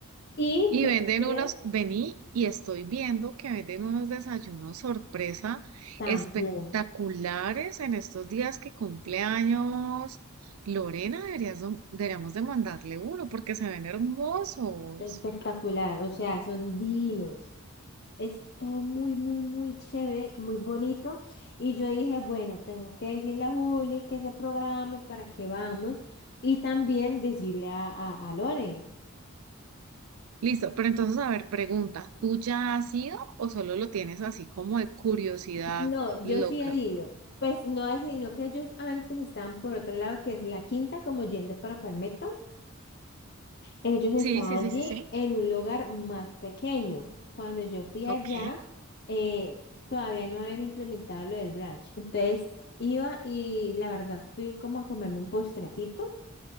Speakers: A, on the left; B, on the right.
A: Y
B: Y
A: puede
B: venden
A: ser
B: unos, vení y estoy viendo que venden unos desayunos sorpresa
A: también
B: espectaculares en estos días que cumple años. Lorena, deberías, de- deberíamos de mandarle uno porque se ven hermosos.
A: espectacular, o sea, son divinos. Es todo muy, muy, muy chévere, muy bonito. Y yo dije, bueno, tengo que decirle a Juli que se programe para que vamos y también decirle a, a, a Lore.
B: Listo, pero entonces, a ver, pregunta, ¿tú ya has ido o solo lo tienes así como de curiosidad
A: No,
B: loca?
A: yo sí he ido. Pues no, así, sino que ellos antes estaban por otro lado, que es la quinta, como yendo para Palmetto. Ellos estaban
B: Sí, sí, sí,
A: allí
B: sí, sí.
A: en un lugar más pequeño. Cuando yo fui allá,
B: Ok.
A: eh, todavía no habían implementado lo del brunch. Entonces iba y la verdad fui como a comerme un postrecito,